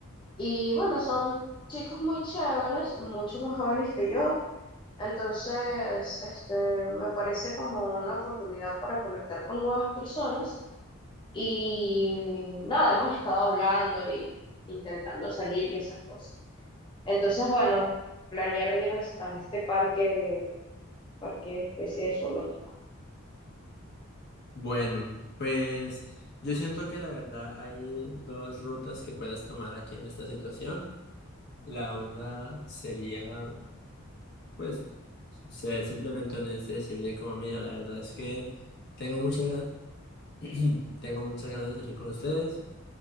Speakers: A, on the left; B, on the left.
A: Y bueno, son chicos muy chéveres, mucho más jóvenes que yo. Entonces, este, me parece como una oportunidad para conectar con nuevas personas. Y nada, hemos estado hablando y intentando salir y esas cosas. Entonces, bueno, planearon ir a a este parque, parque especie de zoológico.
B: Bueno, pues yo siento que la verdad hay dos rutas que puedes tomar aquí en esta situación. La una sería, pues, ser simplemente honesto y decirle como, mira, la verdad es que tengo muchas ganas, <clears throat> tengo muchas ganas de salir con ustedes.